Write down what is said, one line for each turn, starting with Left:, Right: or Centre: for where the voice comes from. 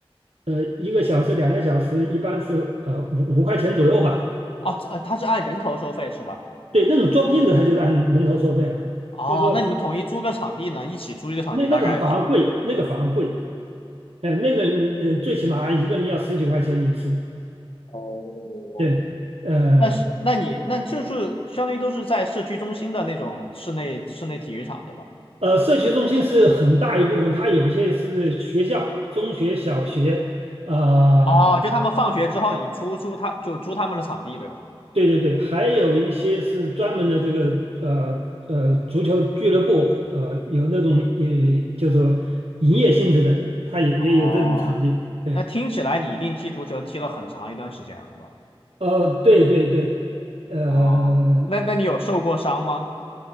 Right: 呃一个小时两个小时，一般是呃五五块钱左右吧。
Left: 哦，这呃，它是按人头收费是吧？
Right: 对，那种招聘的，他就是按人头收费了，
Left: 哦，
Right: 就是说
Left: 那你们统一租个场地呢？一起租一个场地大概
Right: 那那个反而贵，那个反而贵，呃，那个呃最起码一个人要十几块钱一次，
Left: 哦，
Right: 对。呃，
Left: 但是那你那就是相当于都是在社区中心的那种室内室内体育场，对吧？
Right: 呃，社区中心是很大一部分，它有一些是学校、中学、小学，啊、
Left: 哦，就他们放学之后，你出租他就租他们的场地，对吧？
Right: 对对对，还有一些是专门的这个呃呃足球俱乐部，呃，有那种也就是说营业性质的，它也也有这种场地。
Left: 哦，
Right: 对，
Left: 那听起来你一定踢足球踢了很长一段时间了吧？
Right: 呃，对对对，呃
Left: 哦，那那你有受过伤吗？